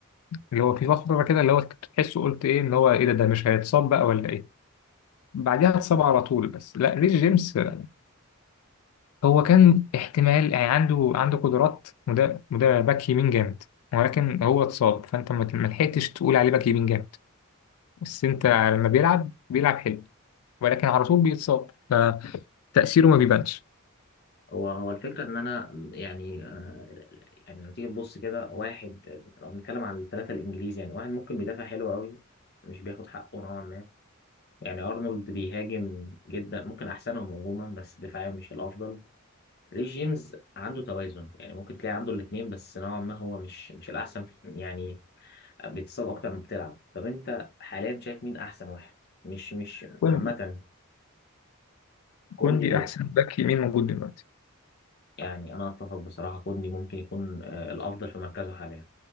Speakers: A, on the left; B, on the left.
A: اللي هو في فتره كده اللي هو كنت تحسه قلت ايه اللي هو ايه ده ده مش هيتصاب بقى ولا ايه بعديها اتصاب على طول بس لا ريس جيمس آه، هو كان احتمال يعني عنده عنده قدرات وده وده باك يمين جامد ولكن هو اتصاب فانت ما ما لحقتش تقول عليه باك يمين جامد بس انت لما بيلعب بيلعب حلو ولكن على طول بيتصاب فتأثيره ما بيبانش
B: هو هو الفكرة إن أنا يعني آه، يعني لو تيجي تبص كده واحد لو بنتكلم عن الثلاثة الإنجليزي يعني واحد ممكن بيدافع حلو قوي مش بياخد حقه نوعا ما يعني أرنولد بيهاجم جدا ممكن أحسنهم هجوما بس دفاعيا مش الأفضل ريس جيمس عنده توازن يعني ممكن تلاقي عنده الاتنين بس نوعا ما هو مش مش الأحسن يعني بيتصاب أكتر ما بتلعب طب أنت حاليا شايف مين أحسن واحد مش مش
A: كوندي
B: عامة كوندي
A: كوندي احسن باك يمين موجود دلوقتي
B: يعني أنا أتفق بصراحة كوندي ممكن يكون آه، الأفضل في مركزه حاليا